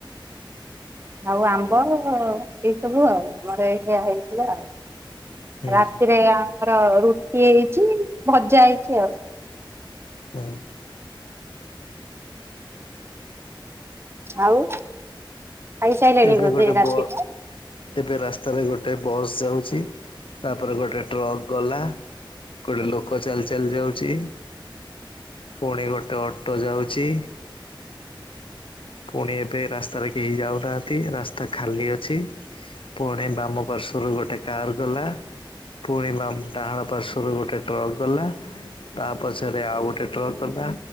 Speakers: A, on the right (about 30°); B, on the left (about 80°).
A: ଆଉ ଆମ୍ବ ଏଇ ସବୁ ଆଉ ଆମର ଏଇଆ ହେଇଥିଲା ଆଉ।
B: ହୁଁ
A: ରାତିରେ ଆମର ରୁଟି ହେଇଚି ଭଜା ହେଇଚି ଆଉ।
B: ‌ହୁଁ।
A: ଆଉ ଖାଇସାରିଲେଣି
B: ଏବେ
A: ବୋଧେ
B: ଗୋଟେ
A: ରାତିରେ?
B: ବ ଏବେ ରାସ୍ତାରେ ଗୋଟେ ବସ୍ ଯାଉଚି ତାପରେ ଗୋଟେ ଟ୍ରକ୍ ଗଲା। ଗୋଟେ ଲୋକ ଚାଲି ଚାଲି ଯାଉଚି। ଫୁଣି ଗୋଟେ ଅଟୋ ଯାଉଚି। ଫୁଣି ଏବେ ରାସ୍ତାରେ କେହି ଯାଉନାହାନ୍ତି ରାସ୍ତା ଖାଲି ଅଛି। ଫୁଣି ବାମ ପାର୍ଶ୍ୱରୁ ଗୋଟେ କାର ଗଲା। ଫୁଣି ବାମ୍ ଡାହାଣ ପାର୍ଶ୍ୱରୁ ଗୋଟେ ଟ୍ରକ ଗଲା। ତାପଛରେ ଆଉ ଗୋଟେ ଟ୍ରକ୍ ଗଲା